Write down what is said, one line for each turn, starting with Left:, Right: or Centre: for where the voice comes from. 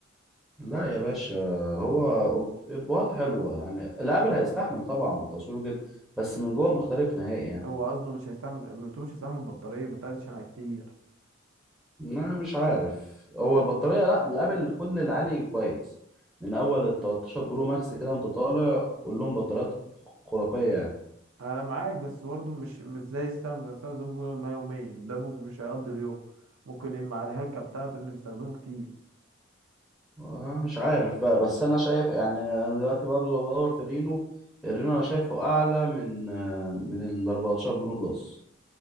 Centre: لا يا باشا هو أب- ابوات حلوه يعني الابل هيستحمل طبعا تصويره جدا بس من جوه مختلف نهائي يعني
Right: هو قصده مش هيستعمل مش هيستعمل بطاريه بطاريه عشان كتير
Centre: انا مش عارف هو البطاريه لا الابل كل العالي كويس من اول ال 13 برو ماكس كده وانت طالع كلهم بطاريات خرافيه يعني.
Right: انا معاك بس برضه مش مش زي السمسم السمسم ممكن يقعد معاه يومين ده ممكن مش هيقضي اليوم ممكن يبقى مع الهلكه بتاعته ان بيستخدمه كتير
Centre: آه، مش عارف بقى بس انا شايف يعني انا دلوقتي برضه بدور في رينو الرينو انا شايفه اعلى من آه، من ال 14 برو بلس